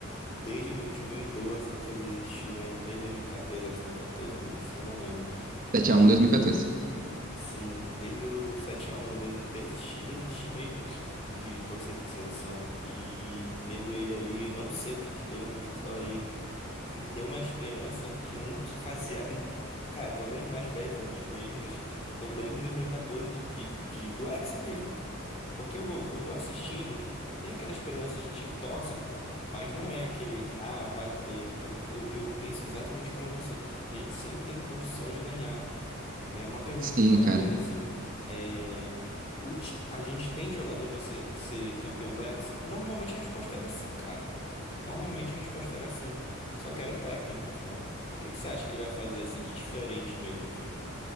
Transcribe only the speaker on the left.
desde 2012 que eu desisti, né? Desde 2014, acho que dois mil e 2016, não lembro, que eu
desisti.
né?" Sim, desde o do 7x1, eu desi- desisti, desisti mesmo de torcer pra seleção. E tendo ele ali, eu não sei o que que deu, mas eu falei, me deu uma esperança que nunca que fazia, cara, pelo menos mais de 10 anos mesmo. Das, então eu lembro de 2014 de, de, de- do Hexa mesmo, cara. Porque eu vou, eu vou assistindo, tem aquela esperança, a gente torce, mas não é aquele, ah, vai ter. Mas eu, eu penso exatamente como você. A gente sempre teve condições de ganhar né? Uma pergunta
que eu fazia
era assim, é, o ti- a gente tem jogador para ser, ser campeão do Hexa? Normalmente a resposta era sim, cara. Normalmente a resposta era sim, só que era técnico, sabe? O que que você acha que ele vai fazer assim de diferente mesmo, assim?